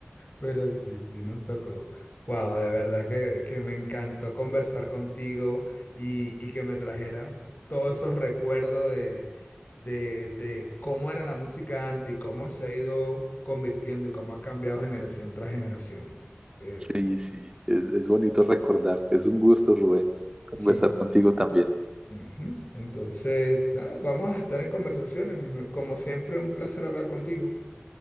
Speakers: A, on the left; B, on the right.
A: Pero sí, sí, nos tocó. Wow, de verdad que, que me encantó conversar contigo y, y que me trajeras todos esos recuerdos de, de, de cómo era la música antes y cómo se ha ido convirtiendo y cómo ha cambiado generación tras generación. Eh,
B: Sí, sí, es, es bonito recordar. Es un gusto, Rubén, conversar
A: sí.
B: contigo también.
A: ujú. Entonces, nada, vamos a estar en conversaciones. Como siempre, un placer hablar contigo.